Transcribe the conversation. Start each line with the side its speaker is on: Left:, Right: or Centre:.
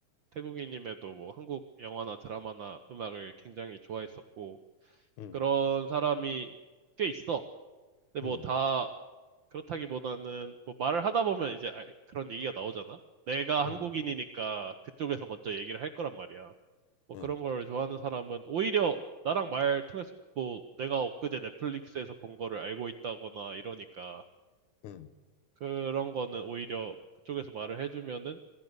Right: 태국인임에도 뭐 한국 영화나 드라마나 음악을 굉장히 좋아했었고
Left: 응,
Right: 그런 사람이 꽤 있어. 근데 뭐
Left: 응,
Right: 다 그렇다기보다는 뭐 말을 하다 보면 이제 알- 그런 얘기가 나오잖아. 내가 한국인이니까
Left: 응,
Right: 그쪽에서 먼저 얘기를 할 거란 말이야. 뭐
Left: 응,
Right: 그런 걸 좋아하는 사람은 오히려 나랑 말 통해서 뭐 내가 엊그제 넷플릭스에서 본 거를 알고 있다거나 이러니까
Left: 응,
Right: 그런 거는 오히려 그쪽에서 말을 해주면은